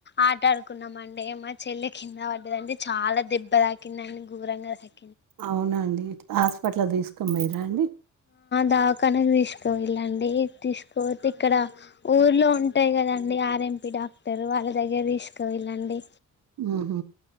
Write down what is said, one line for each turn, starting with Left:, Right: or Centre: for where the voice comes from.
Left: ఆట ఆదుకునం అండి, ఏ మా చెల్లె కింద పడ్డదండి చాలా దెబ్బ తాకింది అండి ఘోరంగా తాకి
Right: అవునండి హాస్పిటల్ తీసుకొని పోయ్ రండి
Left: దావ్కనక్ తీస్కవొళ్ళండి తీసుకపోతే ఇక్కడ ఊర్లో ఉంటాయి కదండడి ఆర్ఎంపి డాక్టర్ వాళ్ళ దగ్గర తీస్క వెెళ్ళండి
Right: మ్ హ్